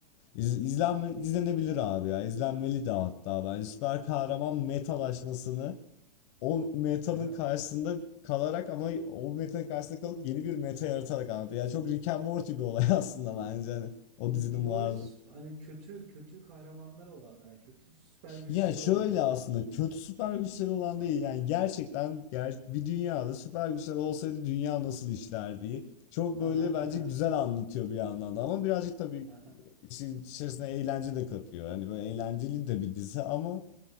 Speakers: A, on the left; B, on the right.
A: İz, izlenme, izlenebilir abi ya izlenmeli de hatta bence süper kahraman metalaşmasını o metanın
B: Haha.
A: karşısında kalarak ama o metanın karşısında kalıp yeni bir meta yaratarak anlatıyor. Yani çok Rick and Morty bir olay <laughs> aslında bence hani o
B: Bu
A: dizinin
B: The Boys
A: varlığı.
B: hani kötü kötü kahramanlar olan, yani kötü süper güçleri
A: Ya şöyle
B: olanlardı
A: aslında
B: değil mi?
A: kötü süper güçleri olan değil yani gerçekten ger- bir dünyada süper güçler olsaydı dünya nasıl işlerdi çok
B: Ha
A: böyle
B: ha
A: bence
B: ha ha.
A: güzel anlatıyor bir yandan da ama birazcık tabii
B: Aha.
A: işin içerisine eğlence de katıyor. Yani böyle eğlenceli de bir dizi ama